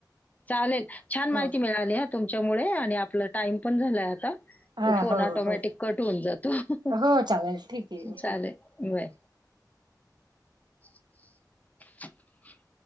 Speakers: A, on the left; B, on the right.
A: चालेल छान माहिती
B: हो
A: मिळ ळाली हा तुमच्यामुळे आणि आपलं टाइम पण झालाय आता
B: ह
A: फोन
B: हो
A: ऑटोमॅटिक
B: हो
A: कट होऊन जातो
B: हो चालेल ठीक आहे ओके.
A: चालेल बाय <inaudible>